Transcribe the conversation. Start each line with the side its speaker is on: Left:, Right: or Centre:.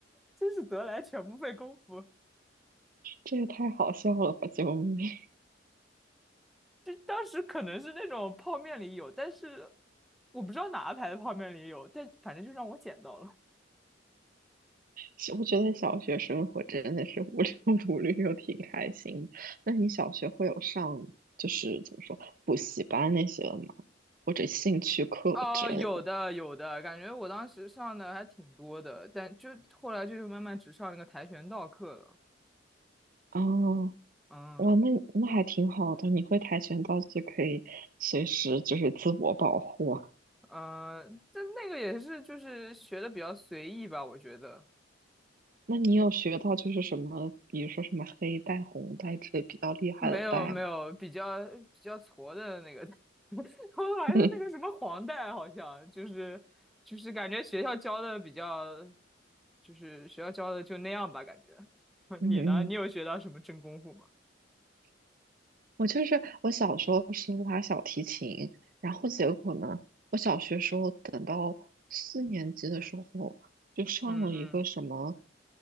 Centre: 真是得来全不费工夫。
Right: 这也太好笑了吧！救命！
Centre: 就当时可能是那种泡面里有，但是我不知道哪个牌子泡面里有，但反正就让我捡到了。
Right: 小我觉得小学生活真的是无忧无虑又挺开心的那你小学会有上就是怎么说补习班那些的吗？或者兴趣课之类的？
Centre: 哦，有的有的，感觉我当时上的还挺多的，但就后来就是慢慢只上那个跆拳道课了。
Right: 哦，
Centre: 嗯
Right: 哇，那那还挺好的。你会跆拳道就可以随时就是自我保护啊。
Centre: 嗯，但那个也是就是学的比较随意吧，我觉得。
Right: 那你有学到就是什么，比如说什么黑带、红带之类比较厉害的带吗？
Centre: 没有没有，比较比较矬的那个，<laughs> 我还是那个什么黄带，
Right: <laughs> 嗯
Centre: 好像就是就是感觉学校教的比较，就是学校教的就那样吧，感觉。<laughs>
Right: 嗯。
Centre: 你呢？你有学到什么真功夫吗？
Right: 我就是我小时候是拉小提琴，然后结果呢，我小学时候等到四年级的时候，就上了一个什么
Centre: 嗯嗯，